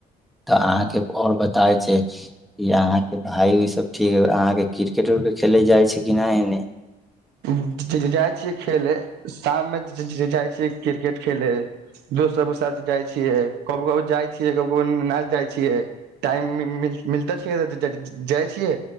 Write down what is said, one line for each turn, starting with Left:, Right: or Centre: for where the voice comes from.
Centre: तऽ अहाँके आओर बताै छै कि अहाँके भाय ओसभ ठीक अहाँके क्रिकेट उरकेट खेलै जाइ छै कि नहि एने। <unintelligible>
Right: जाइ छियै -खेल शाममे जाइ छियै- क्रिकेट खेलै दोस्त सभके साथ जाइ छियै कब क जाइ छियै- क जाइ छियै टाइम मिलते छ जाइ छियै